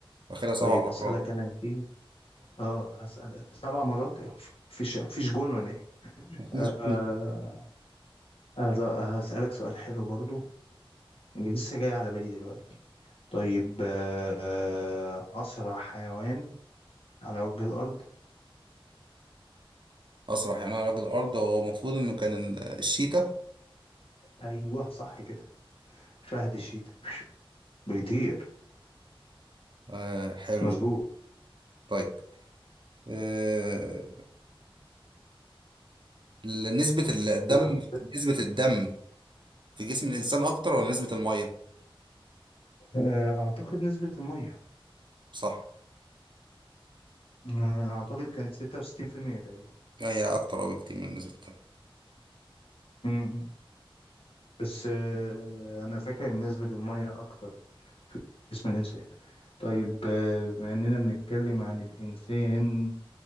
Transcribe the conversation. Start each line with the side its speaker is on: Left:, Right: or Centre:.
Right: واخدها سبع
Left: طيب
Right: مرات
Left: هسألك أنا دي أه هسأل سبع مرات إيه؟ مفيش مفيش جون ولا إيه؟
Right: <laughs>
Left: آه، هز- هسألك سؤال حلو برضو لسه جاي على بالي دلوقتي طيب آه، أسرع حيوان على وجه الأرض
Right: اسرح يعني انا راجل ارض هو المفروض انه كان ال- الشيتا
Left: أيوه صح كده فهد الشيتا بيطير
Right: آه حلو
Left: مظبوط
Right: طيب آه ل- نسبة الدم
Left: كده
Right: نسبة الدم في جسم الانسان اكتر ولا نسبة المية
Left: آه، أعتقد نسبة المية
Right: صح
Left: آه، أعتقد كانت 66% تقريبا
Right: هي أكتر أوي كتير من النسبة التانية
Left: م-م. بس آه، أنا فاكر إن نسبة المية أكتر في جسم الإنسان طيب آه، بما إننا بنتكلم عن الإنسان